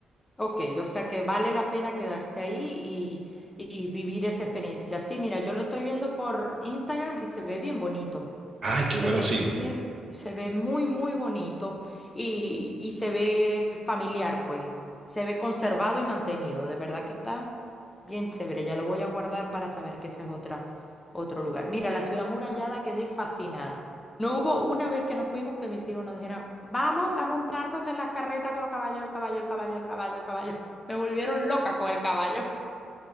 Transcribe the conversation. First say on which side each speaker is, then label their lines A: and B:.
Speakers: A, on the left (about 20°); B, on the right (about 50°).
A: Ok, o sea que vale la pena quedarse ahí y, y vivir esa experiencia. Sí, mira, yo lo estoy viendo por Instagram y se ve bien bonito.
B: Ay, qué
A: Se
B: bueno,
A: ve
B: sí.
A: bien, se ve muy, muy bonito y, y se ve familiar, pues. Se ve conservado y mantenido. De verdad que está bien chévere. Ya lo voy a guardar para saber que ese es otra, otro lugar. Mira, la ciudad murallada quedé fascinada. No hubo una vez que nos fuimos que mis hijos nos dijeran, vamos a montarnos en las carretas con los caballos, el caballo, el caballo, el caballo, el caballo. Me volvieron loca con el caballo.